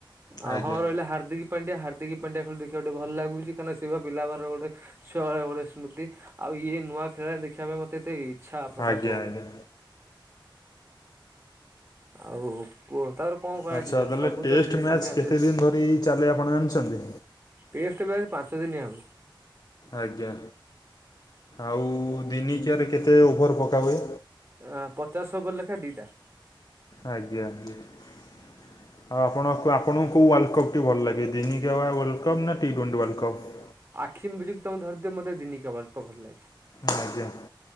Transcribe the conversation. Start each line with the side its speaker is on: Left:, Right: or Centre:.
Right: ଆଉ
Left: ଆଜ୍ଞା
Right: ହଁ ରହିଲା ହାର୍ଦ୍ଦିକ୍ ପାଣ୍ଡିଆ, ହାର୍ଦ୍ଦିକ୍ ପାଣ୍ଡିଆ ଖେଳ ଦେଖିବାକୁ ଟିକେ ଭଲ ଲାଗୁଛି। କାହିଁ କିନା ସେ ବା ପିଲା ବାରେ ଗୋଟେ ଛୁଆ ବେଳେ ଗୋଟେ ସ୍ମୃତି। ଆଉ ଇଏ ନୂଆ ଖେଳାଳି ଦେଖିବା ପାଇଁ ମତେ ଏତେ ଇଚ୍ଛା ପ୍ରକାଶ
Left: ଆଜ୍ଞା
Right: ହୋଉନି।
Left: ଆଜ୍ଞା।
Right: ଆଉ କୁହ ତାପରେ କଣ କରାଯିବ।
Left: ଆଚ୍ଛା ତାହେଲେ
Right: ସବୁ
Left: ଟେଷ୍ଟ
Right: ତ ସେମିତି
Left: ମ୍ୟାଚ୍
Right: ସମୟ ଆସିଯିବ
Left: କେତେ ଦିନ ଧରି ଚାଲେ ଆପଣ ଜାଣିଛନ୍ତି?
Right: ଟେଷ୍ଟ ଭାଇ ପାଞ୍ଚ ଦିନିଆ ହବ।
Left: ଆଜ୍ଞା। ଆଉ ଦିନିକିଆରେ କେତେ ଓଭର ପକା ହୁଏ?
Right: ଆ ପଚାଶ ଓଭର ଲେଖାଏ ଦିଇଟା।
Left: ଆଜ୍ଞା ଆଜ୍ଞା। ଆଉ ଆପଣ, ଆପଣଙ୍କୁ କୋଉ ୱାର୍ଲ୍ଡ କପ୍ ଟି ଭଲ ଲାଗେ? ଦିନି କିଆ ୱେଲ୍ କପ୍ ନା ଟି ଟ୍ୱେଣ୍ଟି ୱାର୍ଲ୍ଡ କପ୍?
Right: ଆଖିମ୍ ବୁଜିକ୍ ତମେ ଧରିଥିବ ମତେ ଦିନି କିଆ ୱାଲ୍ କପ୍ ଭଲ ଲାଗେ।
Left: ଆଜ୍ଞା।